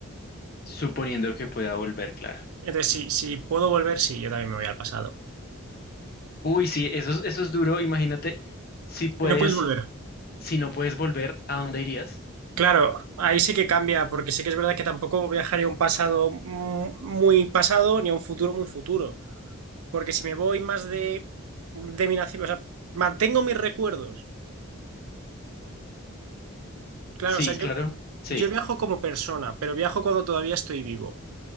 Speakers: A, on the left; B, on the right.
A: suponiendo que pueda volver, claro.
B: Entonces, si, si puedo volver, sí, yo también me voy al pasado.
A: Uy, sí, eso, es- eso es duro. Imagínate si puedes,
B: Y no puedes volver.
A: si no puedes volver, ¿a dónde irías?
B: Claro, ahí sí que cambia, porque sí que es verdad que tampoco viajaría a un pasado mu- muy pasado ni a un futuro muy futuro. Porque si me voy más de, de mi nacimiento, o sea, mantengo mis recuerdos. Claro,
A: Sí,
B: o sea, yo,
A: claro. Sí,
B: yo viajo como persona, pero viajo cuando todavía estoy vivo.